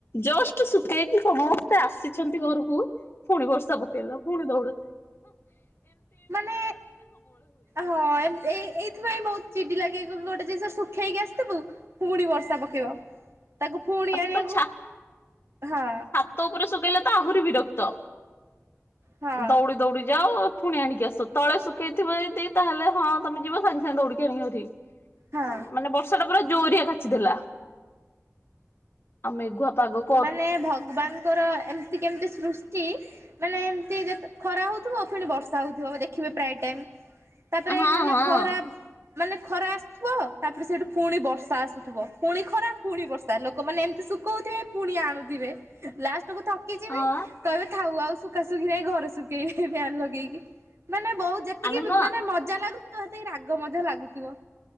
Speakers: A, on the left; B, on the right.
A: ଜଷ୍ଟ୍ ଶୁକେଇକି ସମସ୍ତେ ଆସିଚନ୍ତି ଘରକୁ ଫୁଣି ବର୍ଷା ପକେଇଲା ଫୁଣି ଦଉଡ।
B: ମାନେ ହଁ ଏମ୍ ଏ ଏଇଥିପାଇଁ ବହୁତ୍ ଚିଡି ଲାଗେ ଗୋଟେ ଜିନିଷ ଶୁଖେଇକି ଆସିଥିବୁ ପୁଣି ବର୍ଷା ପକେଇବ ତାକୁ ପୁଣି
A: ତାପରେ
B: ଆଣିବାକୁ
A: ତ ଛା
B: ହଁ।
A: ଛାତ ଉପରେ ଶୁକେଇଲେ ତ ଆହୁରି ବିରକ୍ତ।
B: ହଁ
A: ଦଉଡ଼ି ଦଉଡି ଯାଅ। ପୁଣି ଆଣିକି ଆସ ତଳେ ଶୁଖେଇଥିବ ଯଦି ତାହେଲେ ହଁ ତମେ ଯିବ ସାଙ୍ଗେ ସାଙ୍ଗେ ଦଉଡିକି ଆଣିକିି ଆସି
B: ହଁ
A: ମାନେ ବର୍ଷାଟା ପୁରା ଜୋରିଆ କାଚିଦେଲା ଆଉ ମେଘୁଆ ପାଗକୁ
B: ମାନେ ଭଗବାନଙ୍କର ଏମିତି କେମିତି ସୃଷ୍ଟି ମାନେ ଏମତି ଯେତେ ଖରା ହଉଥିବ ଫିର୍ ବର୍ଷା ହଉଥିବ ଦେଖିବେ ପ୍ରାୟ ଟାଇମ୍। ତାପରେ
A: ହଁ
B: ନହେଲେ
A: ହଁ
B: ଖରା ମାନେ ଖରା ଆସୁଥିବ ତାପରେ ସେଇଠୁ ପୁଣି ବର୍ଷା ଆସୁଥିବ ଫୁଣି ଖରା ଫୁଣି ବର୍ଷା ତାପରେ ଲୋକମାନେ ଏମିତି ଶୁକଉଥିବେ ପୁଣି ଆଣୁଥିବେ ଲାଷ୍ଟକୁୁ ଥକିଯିବେ
A: ହଁ
B: କହିବେ ଥାଉ ଆଉ ଶୁକା ଶୁକି ନାଇଁ ଘରେ ଶୁକେଇ ବି ଫ୍ୟାନ୍ ଲଗେଇକି। ମାନେ ବହୁତ୍ ଯେତିକି
A: ଆମେ ନୁହଁ
B: ମାନେ ମଜା ଲାଗୁଥିବ ସେତିକି ରାଗ ମଧ୍ୟ ଲାଗୁଥିବ।